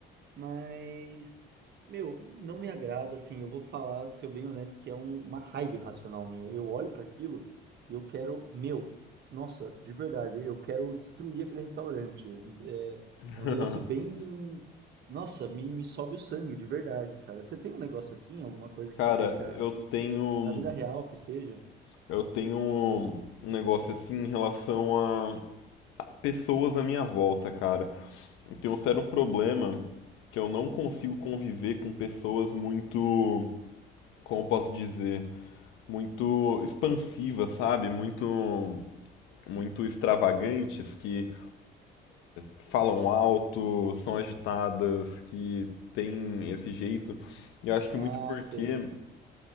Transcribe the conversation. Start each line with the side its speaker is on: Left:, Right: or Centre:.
Right: Mas, meu, não me agrada, assim, eu vou falar, ser bem honesto, que é um- uma raiva irracional minha. Eu olho pra aquilo e eu quero, meu, nossa, de verdade, eu quero destruir aquele restaurante. É,
Left: <laughs>
Right: é um negócio bem, nossa, me, me sobe o sangue, de verdade, cara. Você tem um negócio assim, alguma coisa que
Left: Cara,
Right: te deixa,
Left: eu tenho
Right: na vida real que seja?
Left: eu tenho um negócio assim em relação a a pessoas à minha volta, cara. Eu tenho um sério problema que eu não consigo conviver com pessoas muito, como eu posso dizer, muito expansivas, sabe? Muito muito extravagantes que falam alto, são agitadas, que tem esse jeito. E eu acho que
Right: Ah,
Left: muito porque
Right: sei.